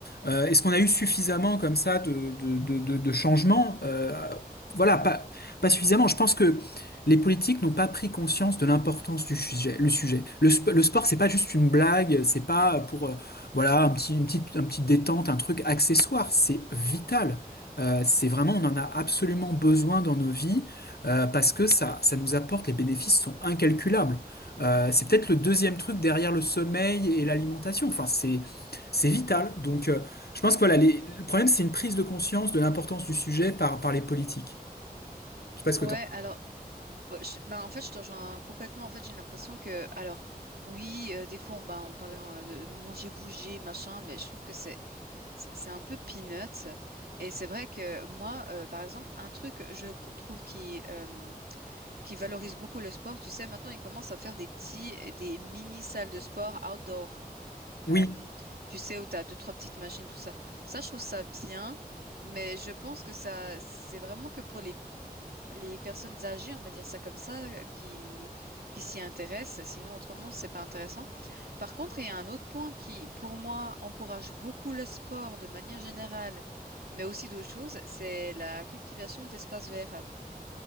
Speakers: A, on the left; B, on the right.
A: euh, est-ce qu'on a eu suffisamment comme ça de, de, de, de, de changements? Euh, voilà, pas, pas suffisamment. Je pense que les politiques n'ont pas pris conscience de l'importance du sujet, le sujet. Le, sp- le sport, c'est pas juste une blague, c'est pas pour, euh, voilà, un petit, une petite, un petit détente, un truc accessoire. C'est vital. Euh, c'est vraiment, on en a absolument besoin dans nos vies euh, parce que ça, ça nous apporte, les bénéfices sont incalculables. Euh, c'est peut-être le deuxième truc derrière le sommeil et l'alimentation. Enfin, c'est, c'est vital. Donc, euh, je pense que voilà, les- le problème, c'est une prise de conscience de l'importance du sujet par, par les politiques. Je sais pas ce
B: Ouais,
A: que t'en...
B: alors, euh, je- ben, en fait, je te rejoins complètement. En fait, j'ai l'impression que, alors, oui, euh, des fois, on, ben, on parlait euh, de manger, bouger, machin, mais je trouve que c'est, c'est c'est un peu peanuts. Et c'est vrai que moi, euh, par exemple, un truc, je c- trouve qui, euh, qui valorisent beaucoup le sport. Tu sais, maintenant, ils commencent à faire des petits, des mini salles de sport outdoor.
A: Oui.
B: Euh, tu sais, où tu as deux, trois petites machines, tout ça. Ça, je trouve ça bien, mais je pense que ça, c'est vraiment que pour les, les personnes âgées, on va dire ça comme ça, qui, qui s'y intéressent. Sinon, autrement, c'est pas intéressant. Par contre, il y a un autre point qui, pour moi, encourage beaucoup le sport de manière générale, mais aussi d'autres choses, c'est la cultivation d'espaces verts